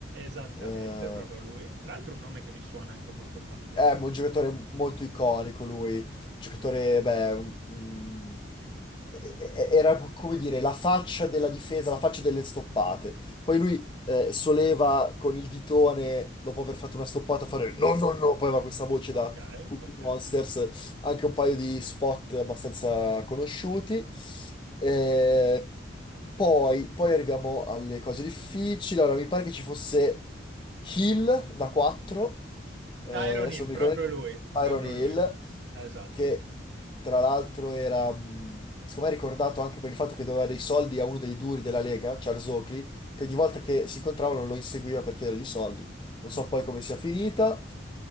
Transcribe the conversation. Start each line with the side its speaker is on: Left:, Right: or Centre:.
Right: Esattamente,
Left: eh,
Right: proprio lui. Tra l'altro, un nome che mi suona anche molto familiare,
Left: È un
Right: non so
Left: giocatore
Right: per quello.
Left: molto iconico lui, giocatore,
Right: Ok.
Left: beh, un- un- e- e- era come dire la faccia della difesa, la faccia delle stoppate. Poi lui eh, soleva con il ditone, dopo aver fatto una stoppata, fare no, no, no, poi aveva
Right: Mm,
Left: questa voce
Right: ok,
Left: da Cookie
Right: ok.
Left: Monsters, anche un paio di spot abbastanza conosciuti. Eh, poi, poi arriviamo alle cose difficili, allora mi pare che ci fosse Hill da 4 eh,
Right: Tyron
Left: adesso
Right: Hill,
Left: non mi
Right: proprio
Left: ricordo neanche,
Right: lui,
Left: Tyron
Right: proprio
Left: Hill,
Right: lui. Esatto.
Left: che tra l'altro era, mh, secondo me, ricordato anche per il fatto che doveva dei soldi a uno dei duri della Lega, Charles Oakley, che ogni volta che si incontravano lo inseguiva per chiedergli i soldi. Non
Right: <laughs>
Left: so poi come sia finita.